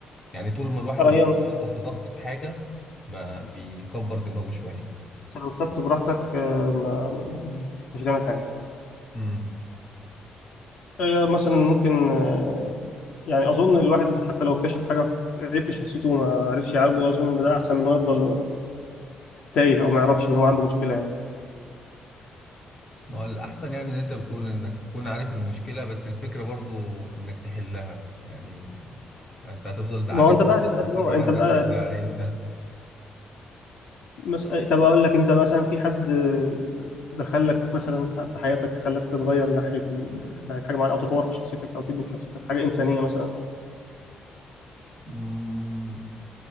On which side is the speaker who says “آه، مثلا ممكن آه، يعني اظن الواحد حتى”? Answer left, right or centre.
Left